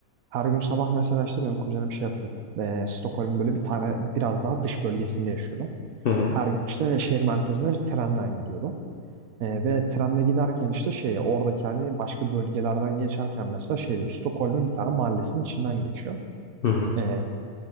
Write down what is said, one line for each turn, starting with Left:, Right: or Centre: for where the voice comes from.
Right: her gün sabah mesela işte benim kuzenim şey yapıyordu. Ve Stockholm'un böyle bir tane biraz daha dış bölgesinde yaşıyordu.
Left: Hı hı.
Right: Her gün işte şehir merkezine trenden gidiyordu. Ee, ve trenle giderken işte şeye oradaki hani başka bölgelerden geçerken mesela şey diyor Stockholm'un bir tane mahallesinin içinden geçiyor.
Left: Hı hı.
Right: Ee,